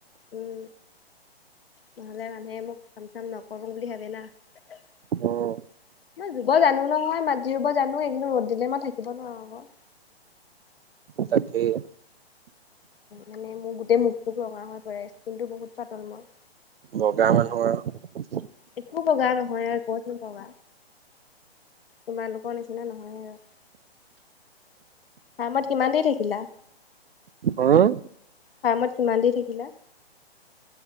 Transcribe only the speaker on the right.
উম
তাকেই
বগা মানুহ আৰু।
উম